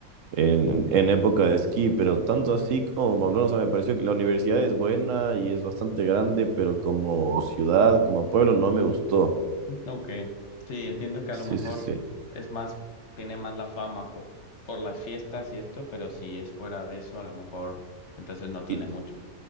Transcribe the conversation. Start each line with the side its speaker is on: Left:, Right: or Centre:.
Right: en, en época de esquí, pero tanto así como Pamplona, o sea, me pareció que la universidad es buena y es bastante grande, pero como ciudad, como pueblo, no me gustó.
Left: ujú. Ok. Sí, entiendo que
Right: Sí,
Left: a lo mejor
Right: sí, sí.
Left: es más, tiene más la fama por, por las fiestas y esto, pero si es fuera de eso, a lo mejor entonces no tiene
Right: L-
Left: mucho.